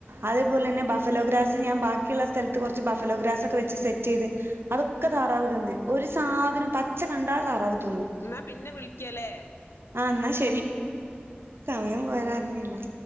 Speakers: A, on the right (about 70°); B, on the left (about 75°).
A: അതുപോലെ തന്നെ ബഫലോഗ്രാസ് ഞാൻ ബാക്കിള്ള സ്ഥലത്ത് കുറച്ച് ബഫലോഗ്രാസ് ഒക്കെ വെച്ച് സെറ്റ് ചെയ്ത് അതൊക്കെ താറാവ് തിന്ന് ഒരു സാധനവും പച്ച കണ്ട താറാവ് തിന്നും
B: എന്നാ പിന്നെ വിളിക്കല്ലേ
A: ആ ഇന്നാ ശെരി ശരി സമയം പോയതറിഞ്ഞില്ല